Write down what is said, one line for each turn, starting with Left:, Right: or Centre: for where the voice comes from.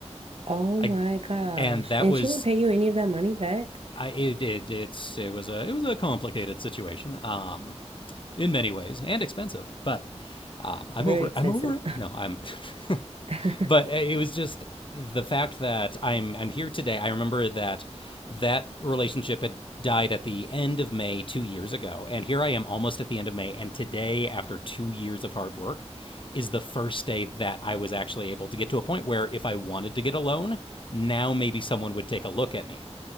Right: Oh
Left: I
Right: my gosh.
Left: and that
Right: And
Left: was
Right: she didn't pay you any of that money back?
Left: I it, it it's it was a it was a complicated situation. Um, in many ways and expensive, but uh, I'm
Right: Very
Left: over
Right: expensive.
Left: it. I'm over it. No, I'm.
Right: <laughs>
Left: <laughs> but uh, it was just the fact that I'm I'm here today. I remember that that relationship had died at the end of May two years ago, and here I am almost at the end of May, and today, after two years of hard work, is the first day that I was actually able to get to a point where if I wanted to get a loan, now maybe someone would take a look at me.